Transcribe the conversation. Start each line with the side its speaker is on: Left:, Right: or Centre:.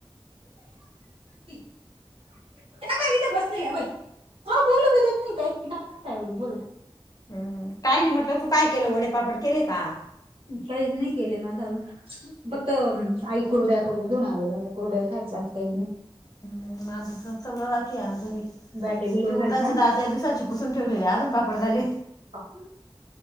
Right: ती. त्या काय तिथे बसलेल्याय वय, अहो, बोलू बी देत नाही, काही नाही, काय म्हणताय <unintelligible>
Left: हम्म, काय नाही म्हटलं तू काय केलं, वडेपापड केले का? -
Right: काहीच नाही केलेय माझा अजून. फक्त आई कुरड्या करून घेऊन आलेल्या होत्या कुरड्या खायच लागते की नई.
Left: हम्म माझं स सगळं बाकी आहे आमचं बी.
Right: बॅटरी बी लो
Left: ते उडदाची
Right: झाली हा
Left: डाळ त्या दिवसाची पुसून ठेवलेले अजून पापड झाले.
Right: <unintelligible>